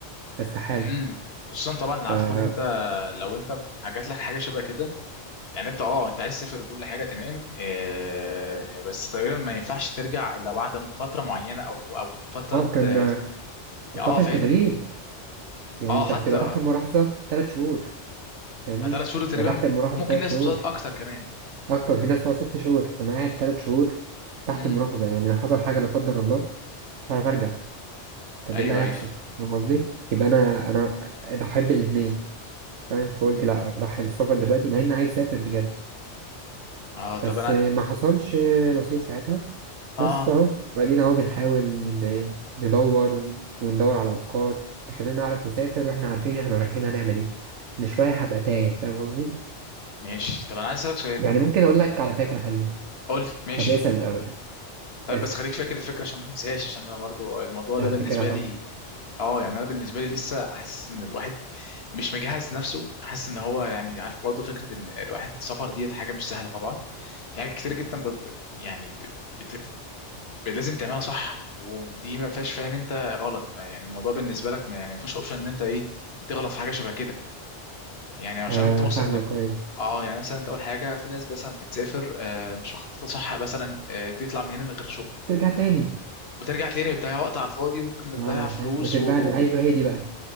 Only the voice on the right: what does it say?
فاستحالة
ف
اه
كان
آه،
فترة
تدريب يعني
انت
بتبقى تحت الملاحظة تلات شهور فاهمني
انا تحت الملاحظة
تلات
شهور
اكتر في ناس بتقعد ست شهور انا قاعد تلات شهور تحت
الملاحظة يعني لو حصل حاجة لا قدر الله مش هعرف ارجع طب
ايه اللي هيحصل
فاهم قصدي يبقى انا انا اضحي بالاثنين فاهم فقلت
لا اضحي بالسفر دلوقتي مع اني عايز اسافر بجد
بس
ما حصلش نصيب ساعتها
بس اهو وبعدين اهو بنحاول ن- ندور وندور على افكار تخلينا نعرف نسافر واحنا عارفين احنا رايحين هنعمل ايه مش رايح ابقى تايه فاهم قصدي
يعني
ممكن اقول لك على فكره حلوه
طب اسال الاول اسال
اسال
لا
فاكرها
طبعا
آه
فاهمك كويس
ترجع تاني
اه
فاهم وتتبهدل
ايوه هي دي بقى